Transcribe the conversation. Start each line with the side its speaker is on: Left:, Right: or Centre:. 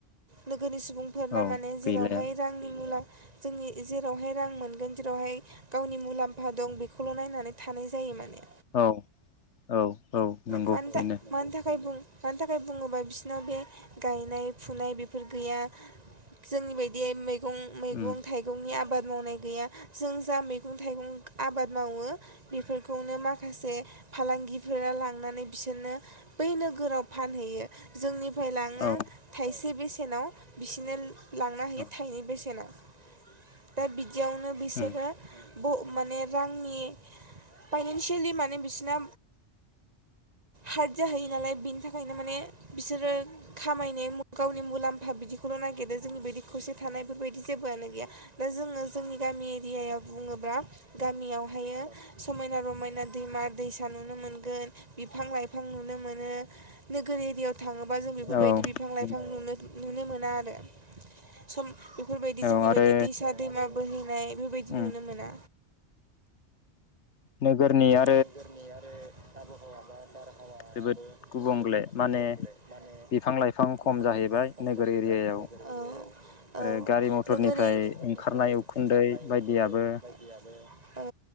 Right: नोग गोरनि सुबुंफोरना
Left: औ
Right: माने जेरावहाय
Left: गैलाया
Right: रांनि मुला जोंनि जेरावहाय रां मोनगोन जेरावहाय गावनि मुलाम्फा दं बेखौल' नायनानै थानाय जायो माने
Left: औ औ औ नंगौ
Right: मानि था
Left: बेनो।
Right: मानि थाखाय बुं मानि थाखाय बुङोबा बिसोनाव बे गायनाय फुनाय बेफोर गैया जोंनि बायदि मै गं मैगं
Left: उम
Right: नि आबाद मावनाय गैया जों जा मैगं थाइगं आबाद मावो बेफोरखौनो माखासे फालांगिफोरा लांनानै बिसोरनो बै नोगोराव फानहैयो जोंनिफाय लाङो
Left: औ
Right: थाइसे बेसे नाव बिसोनो लांना होयो
Left: औ
Right: थाइनै बेसेनाव। दा बि दियावनो बिसोरो
Left: उम
Right: ब माने रांनि पाइनेन्सियेलि माने बिसिना हार्ड जाहोयो नालाय बिनि थाखायनो माने बिसोरो खामायनाय मु गावनि मुलाम्फा बिदिखौल' नागिरो जोंनि बायदि खौसे थानायफोरबायदि जेबोआनो गैया नो जोङो जोंनि गामि एरियाव बुङोब्ला गामियावहायो समायना रमायना दैमा दैसा नुनो मोनगोन बिफां लाइफां नुनो मोनो नोगोर एरियाव थाङोबा जों बेफोरबायदि
Left: औ
Right: बिफां लाइफां
Left: उम
Right: नुनो नुनो मोना आरो सम बेफोरबायदि जोंनि
Left: औ आरो
Right: बाय दि दैसा दैमा बोहैनाय बेबायदि नुनो
Left: उम
Right: मोना।
Left: नोगोरनिया
Right: नोगोरनि आरो आबहावा बा बारहावायाबो
Left: जोबोद गुबुंले
Right: जोबोद
Left: माने
Right: गुबुंग्ले माने
Left: बिफां लाइफां
Right: बिफां
Left: खम जाहैबाय
Right: लाइफां खम
Left: नोगोर
Right: जाहैबाय
Left: एरियायाव
Right: नोगोर औ
Left: आरो
Right: औ
Left: गारि मथरनिफ्राय
Right: नोगोर एरि--नोगोरनिफ्राय
Left: ओंखारनाय उखुन्दै
Right: ओंखारनाय
Left: बायदियाबो
Right: उखुन्दै बायदियाबो औ